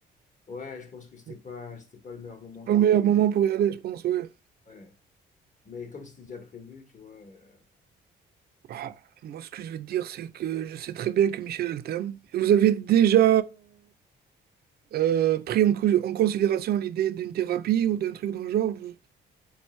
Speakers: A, on the left; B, on the right.
A: Ouais, je pense que c'était
B: C'est
A: pas, c'était pas le meilleur moment
B: pas
A: qu'elle
B: le meilleur
A: que-
B: moment pour y aller, je pense, ouais.
A: ouais. Mais comme c'était déjà prévu, tu vois, euh,
B: Ah, moi, ce que je vais te dire, c'est que je sais très bien que Michel, elle t'aime. Vous avez déjà euh, pris en, cou- en considération l'idée d'une thérapie ou d'un truc dans le genre? vous-